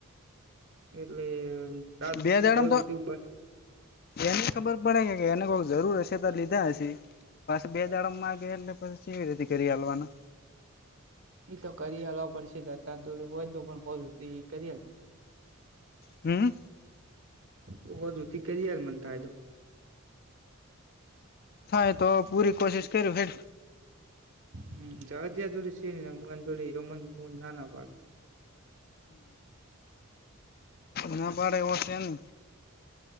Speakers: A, on the right (about 60°); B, on the left (about 45°).
A: એટલે એ તાતું
B: બે દાડામાં
A: હોલ
B: તો
A: તું પર
B: એને ખબર પડે કે કે એને કોક જરૂર હશે તો લીધા હશે. પાછ બે દાડામા માંગેય એટલે પછી કેવી રીતે કરી આલવાનું.
A: એ તો કરી હાલવા પડશે દત્તા દોળ હોય ને તો પણ હો કરી
B: હમ.
A: તો જોતી કરી આલ મન થાય તો
B: થાય તો પૂરી કોશિશ કર્યું હે.
A: હમ જ્યા જોડી સે મગન જોડી હમન ના ના પાળું.
B: <inaudible> ના પાડે ઓ છે ને